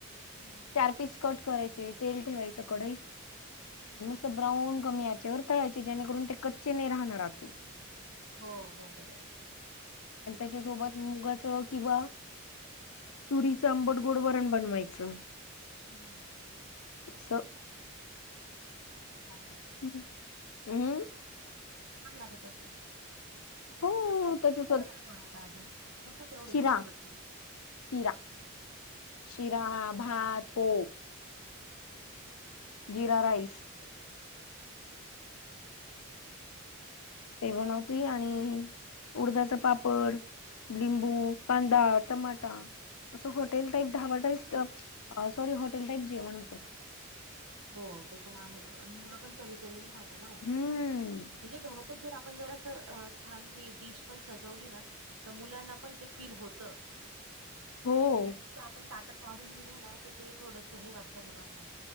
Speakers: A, on the right; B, on the left.
A: हम्म हम्म
B: चार
A: हम्म
B: पीस कट करायचे तेल ठेवायचं कढईत.
A: हम्म
B: आणि
A: हम्म.
B: मस्त! ब्राऊन कमी आचेवर तळायचे जेणेकरून ते कच्चे नाही राहणार आतून.
A: हो बरं बरं बरं.
B: आणि त्याच्यासोबत मुगाचं किंवा- तुरीचं आंबड गोड वरण बनवायचं.
A: हम, हम, हम.
B: असं.
A: मला तसं-
B: हम् हम्.
A: छान लागत असं
B: हो
A: मग त्याच्या
B: त्याच्यासोबत
A: जोडीला काय? बनवता अजून. फक्त तेवढंच
B: शिरा,
A: डाळबट्टी
B: शिरा, शिरा, भात हो.
A: हम्म.
B: जिरा राईस.
A: <unintelligible>
B: ते बनवती आणि उडदाच पापड, लिंबू,
A: हम्म
B: पाणी डाळ, टमाटा, असं हॉटेल टाईप
A: हम्म
B: dhaba type sorry hotel type जेवण होतं.
A: हो ते पण आहे. आणि मुलं पण चवी चवीणे खात ना म्हणजे
B: हम्म
A: घरात- जर आपण जरा असं छान ती डिश पण सजवली ना. तर मुलांना पण ते फील होतं.
B: हो.
A: म्हणजे नुसतं आपण ताटात वाढून दिलं ना तर ते थोडंसं हे वाटतं मुलांना.